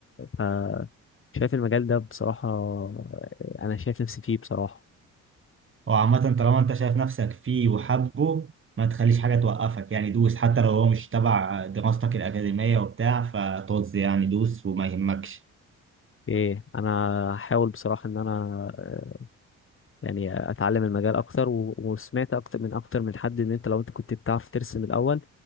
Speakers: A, on the left (about 45°); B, on the right (about 40°).
A: آه، ف شايف المجال ده بصراحه آه، انا شايف نفسي فيه بصراحه
B: وعامة طالما أنت شايف نفسك فيه وحبه ما تخليش حاجة توقفك يعني دوس حتى لو هو مش تبع دراستك الأكاديمية وبتاع فطز يعني دوس وما يهمكش
A: ايه انا هحاول بصراحه ان انا آه، يعني اتعلم المجال اكتر و- وسمعت اكتر من اكتر من حد ان انت لو انت كنت بتعرف ترسم الاول